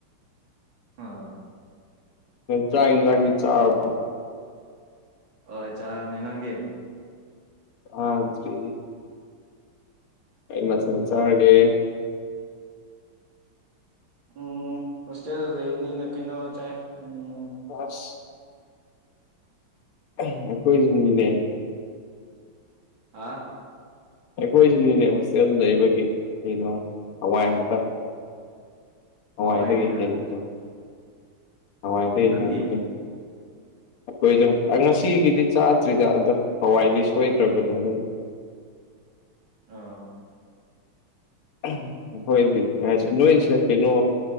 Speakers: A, on the right (about 65°); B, on the left (about 85°).
A: ꯑꯣ꯫
B: ꯆꯥꯛ ꯏꯟꯁꯥꯡꯗꯤ ꯆꯔꯕꯔꯣ꯫
A: ꯍꯣꯏ ꯆꯥꯔꯅꯤ ꯅꯪꯗꯤ꯫
B: ꯆꯥꯗ꯭ꯔꯤ ꯀꯩ ꯃꯊꯦꯜ ꯆꯥꯔꯒꯦ꯫
A: ꯎꯝ ꯍꯣꯁꯇꯦꯜꯗ ꯂꯩꯕꯅꯤꯅ ꯀꯩꯅꯣ ꯆꯥꯏ ꯎꯝ꯫
B: ꯑꯁ꯫ ꯑꯩꯈꯣꯏꯁꯨꯅꯤꯅꯦ꯫
A: ꯍꯥꯥ꯫
B: ꯑꯩꯈꯣꯏꯁꯨꯅꯤꯅꯦ ꯍꯣꯁꯇꯦꯜ ꯂꯩꯕꯒꯤ ꯀꯩꯅꯣ ꯍꯋꯥꯏ ꯉꯥꯛꯇ꯫ ꯍꯋꯥꯏꯗꯒꯤ
A: ꯍꯋꯥꯏꯅꯦ
B: ꯍꯦꯟꯕꯗꯨ꯫
A: ꯑꯥ
B: ꯍꯋꯥꯏꯗꯩ
A: ꯅꯪꯗꯤ
B: ꯍꯦꯟꯕꯗꯨ꯫ ꯑꯩꯈꯣꯏꯁꯨ ꯉꯁꯤꯒꯤꯗꯤ ꯆꯥꯗ꯭ꯔꯤꯗ ꯑꯗꯣ ꯍꯋꯥꯏꯗꯤ ꯁꯣꯏꯗ꯭ꯔꯕꯅꯤ ꯑꯗꯨꯝ꯫
A: ꯑꯥ꯫
B: ꯑꯩꯈꯣꯏꯗꯤ ꯀꯁꯦ ꯅꯣꯏꯁꯦ ꯀꯩꯅꯣ꯫